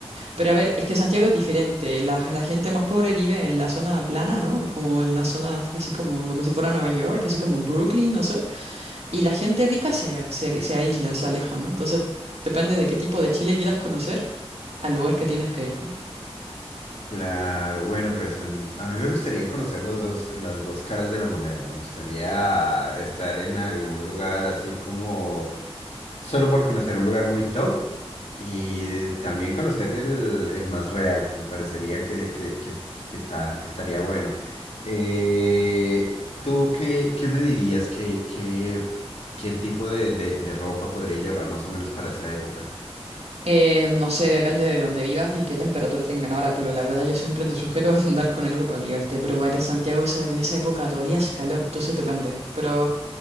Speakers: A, on the right; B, on the left.
A: Pero a ver, es que Santiago es diferente, la, la gente más pobre vive en la zona plana, ¿no? Como en las zonas así como, como si fuera Nueva York, así como Brooklyn, no sé. Y la gente rica se, se, se aísla, se aleja, ¿no? Entonces, depende de qué tipo de Chile quieras conocer al lugar que tienes que ir, ¿no?
B: Claro, bueno, pues a mí, a mí me gustaría conocer los dos, las dos caras de la moneda. Me gustaría estar en algún lugar así como solo por conocer un lugar muy top y también conocer el, el más real. Me parecería que, que, que es- que está, que estaría bueno. Eh, ¿tú qué, qué me dirías? ¿Qué, qué, qué tipo de, de de ropa podría llevar más o menos para esa época?
A: Eh, no sé, depende de dónde vivas y qué temperatura tengan ahora, pero la verdad yo siempre te sugiero <laughs> andar con algo para abrigarte. Pero bueno, en Santiago esa- en esa época todavía hace calor, entonces depende. Pero,